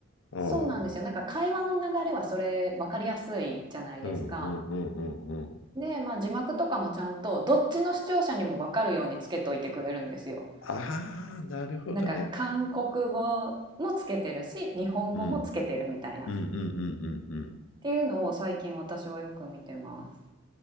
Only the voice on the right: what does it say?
そうなんですよ。
なんか会話の流れはそれわかりやすいじゃないですか。
で、まあ、字幕とかもちゃんとどっちの視聴者にも分かるようにつけといてくれるんですよ。
なんか韓国語もつけてるし日本語もつけてるみたいなっ
ていうのを最近私はよく見てます。